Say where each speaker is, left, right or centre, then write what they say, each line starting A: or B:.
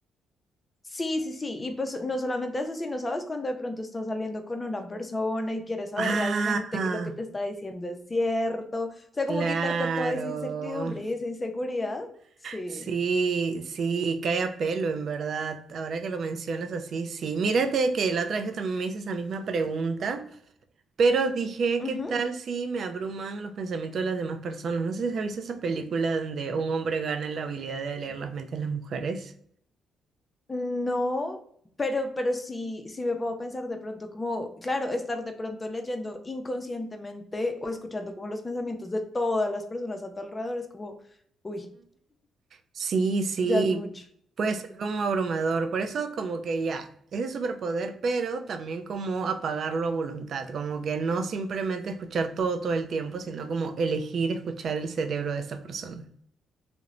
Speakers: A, on the left; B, on the right.
A: Sí, sí, sí. Y pues no solamente eso, sino sabes cuando de pronto estás saliendo con una persona y quieres saber
B: Ah,
A: realmente que lo que te está diciendo es cierto. O sea,
B: claro.
A: como quitarte toda esa incertidumbre y esa inseguridad. Sí.
B: Sí, sí, cae a pelo, en verdad. Ahora que lo mencionas así, sí. Mírate que la otra vez yo también me hice esa misma pregunta, pero dije,
A: Ujú.
B: ¿qué tal si me abruman los pensamientos de las demás personas? No sé si has visto esa película donde un hombre gana la habilidad de leer las mentes de las mujeres.
A: No, pero, pero sí, sí me puedo pensar de pronto como, claro, estar de pronto leyendo inconscientemente o escuchando como los pensamientos de todas las personas a tu alrededor es como, uy,
B: Sí, sí,
A: ya es mucho.
B: puede ser como abrumador, por eso como que ya, es el superpoder, pero también como apagarlo a voluntad, como que no simplemente escuchar todo todo el tiempo, sino como elegir escuchar el cerebro de esta persona.